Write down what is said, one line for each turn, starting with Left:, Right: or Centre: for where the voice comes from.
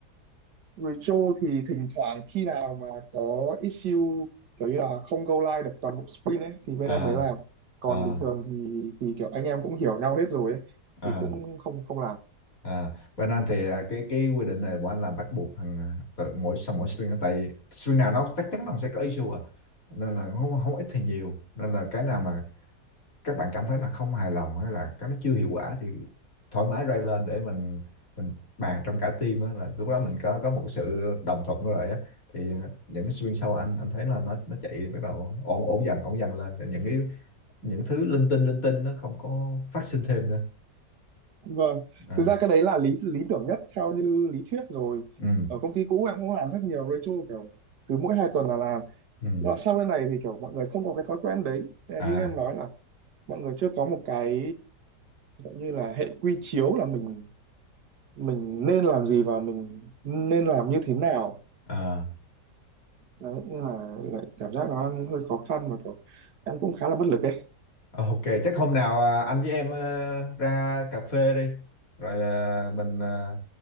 Right: Retro thì thỉnh thoảng khi nào mà có issue kiểu như là không go live được toàn bộ sprint ấy thì bên
Left: à
Right: em mới làm còn
Left: à
Right: bình thường thì thì kiểu anh em cũng hiểu nhau hết rồi ấy
Left: à
Right: thì cũng không không làm
Left: À, Việt Nam thì à, cái cái quy định này bọn anh làm bắt buộc thằng à, tự mỗi sau mỗi string tại string nào nó chắc chắn nó cũng sẽ có issue à nên là không không ít thì nhiều nên là cái nào mà các bạn cảm thấy là không hài lòng hay là cái nó chưa hiệu quả thì thoải mái raise lên để mình mình bàn trong cả team á là lúc đó mình có có một cái sự đồng thuận rồi á thì à, những string sau anh anh thấy là nó nó chạy bắt đầu ổn ổn dần ổn dần lên Tại những cái những thứ linh tinh linh tinh nó không có phát sinh thêm nữa
Right: Vâng,
Left: à,
Right: thực ra cái đấy là lý lý tưởng nhất theo như lý thuyết rồi.
Left: ừ
Right: Ở công ty cũ em cũng làm rất nhiều Rachel kiểu cứ mỗi hai tuần là làm.
Left: ừ
Right: Nhưng mà sau cái này thì kiểu mọi người không có cái thói quen đấy. Thế là
Left: à
Right: Như em nói là mọi người chưa có một cái gọi như là hệ quy chiếu là mình mình nên làm gì và mình nên làm như thế nào.
Left: à
Right: Đấy, nên là lại cảm giác nó đang hơi khó khăn mà kiểu em cũng khá là bất lực ấy.
Left: Ờ, Ok, chắc hôm nào à, anh với em ờ, ra cà phê đi. Rồi à, mình à,